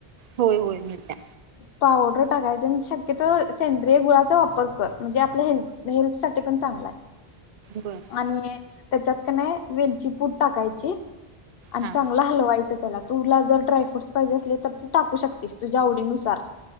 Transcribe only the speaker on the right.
होय होय मिळाल्या.
बरं. <inaudible>
हा